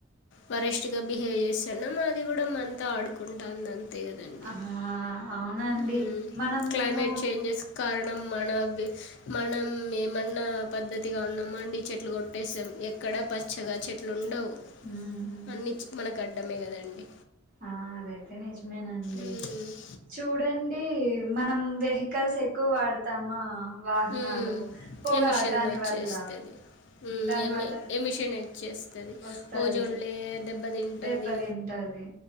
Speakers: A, on the left (about 60°); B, on the right (about 45°).
A: వరస్ట్గా బిహేవ్ చేస్థానం మాది కూడా మంతో ఆడుకుంటాంది అంతే కదండి
B: ఆ అవునండి
A: హ్మ్
B: మనము
A: క్లైమేట్ చేంజెస్ కారణం మన మనం ఏమన్నా పద్ధతిగా ఉన్నాము అండి చెట్లు కొట్టేసాం ఎక్కడా పచ్చగా చెట్లు ఉండవు
B: ఉమ్,
A: అన్ని మనకు అడ్డమే కదండి
B: ఆ అదైతే నిజమేనండి
A: మ్మ్.
B: చూడండి మనం వెహికల్స్ ఎక్కువ వాడతామా వాహనాలు
A: ఉ
B: పొగ
A: ఎమిిషన్
B: దాని
A: వచ్చేస్తది
B: వల్ల దాని
A: ఏమి
B: వల్ల
A: ఏమిిషన్ చేస్తది
B: వస్తది
A: ఓజోన్ లేయర్ దెబ్బ తింటాది
B: దెబ్బతింటది